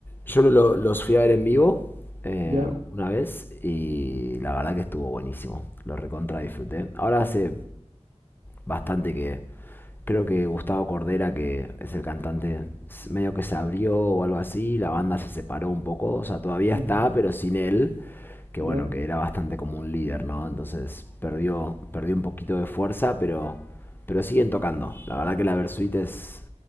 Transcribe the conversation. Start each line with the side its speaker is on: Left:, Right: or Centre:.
Left: yo lo, los fui a ver en vivo eh,
Right: Ya,
Left: una vez y la verdad que estuvo buenísimo. Lo recontra disfruté. Ahora hace bastante que creo que Gustavo Cordera, que es el cantante, s- medio que se abrió o algo así, la banda se separó un poco, o sea, todavía
Right: ujú,
Left: está, pero sin él, que
Right: ya.
Left: bueno, que era bastante como un líder, ¿no? Entonces perdió, perdió un poquito de fuerza, pero, pero siguen tocando. La verdad que la Versuit es,